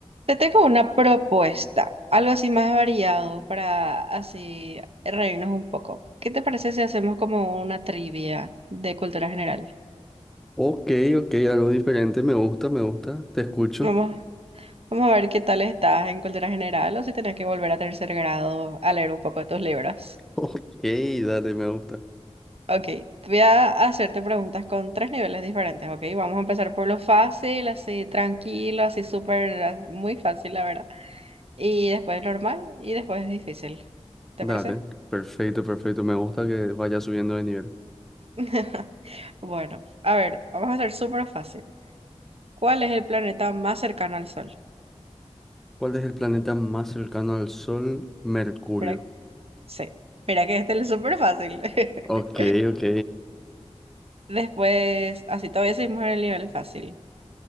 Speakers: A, on the right; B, in the centre.
A: Te tengo una propuesta, algo así más variado para así reírnos un poco. ¿Qué te parece si hacemos como una trivia de cultura general?
B: Ok, ok, algo diferente, me gusta, me gusta, te escucho.
A: Vamos,
B: <laughs>
A: vamos a ver qué tal estás en cultura general o si tenés que volver a tercer grado a leer un poco de tus libros.
B: Ok, dale, me gusta.
A: Ok, voy a hacerte preguntas con tres niveles diferentes, ¿ok? Vamos a empezar por lo fácil, así tranquilo, así súper, ah, muy fácil, la verdad. Y después normal y después difícil. ¿Te
B: Dale,
A: parece?
B: perfecto, perfecto, me gusta que vaya subiendo de nivel.
A: <laughs> Bueno, a ver, vamos a hacer súper fácil. ¿Cuál es el planeta más cercano al Sol?
B: ¿Cuál es el planeta más cercano al Sol? Mercurio.
A: Mira, sí, mira que este es súper fácil. <laughs>
B: Ok, ok.
A: Después, así todavía seguimos en el nivel fácil.